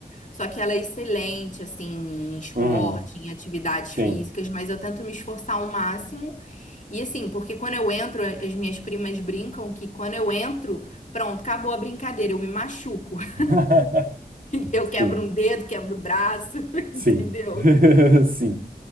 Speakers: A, on the left; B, on the right.
A: sou aquela excelente, assim, em esporte,
B: uhum.
A: em atividades físicas,
B: Sim.
A: mas eu tento me esforçar ao máximo. E assim, porque quando eu entro, as minhas primas brincam que quando eu entro, pronto, acabou a brincadeira, eu me machuco. <laughs>
B: <laughs>
A: Eu quebro
B: Sim,
A: um dedo, quebro o braço, <laughs>
B: sim.
A: entendeu?
B: <laughs> Sim.